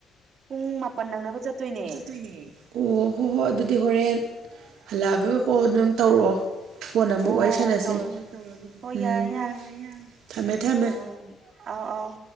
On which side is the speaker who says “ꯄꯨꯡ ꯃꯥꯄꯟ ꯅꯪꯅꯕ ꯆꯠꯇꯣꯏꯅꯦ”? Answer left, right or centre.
Right